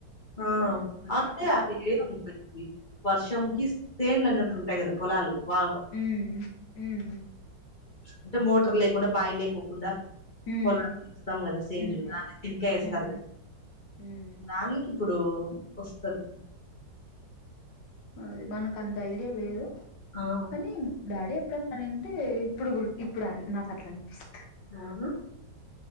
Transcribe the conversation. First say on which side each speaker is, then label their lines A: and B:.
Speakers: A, on the left; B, on the left.
A: ఆ
B: ఇప్పుడే అనుకుంటా
A: అంటే ఆమె లేదు అనిపించింది వర్షంకి చేన్ల అన్నట్టు ఉంటాయి కదా పొలాలు వాళ
B: ఉమ్ ఉమ్
A: అంటే మోటర్లె <unintelligible> కుండా
B: ఉమ్
A: పొలాలకి వేస్తాం కదా సేండ్లు
B: ఉమ్
A: దాని తింటే వేస్తారు
B: ఉమ్
A: గా
B: ఉమ్
A: దానికి ఇప్పుడు వస్తది
B: అది మనకు అంత ఐడియా లేదు
A: ఆ
B: కనీ డాడీ అట్లా. తనింతే ఇప్పుడు గూడా, ఇప్పుడు ఆయ్ నాకు అట్లా అనిపిస్తది.
A: రానా.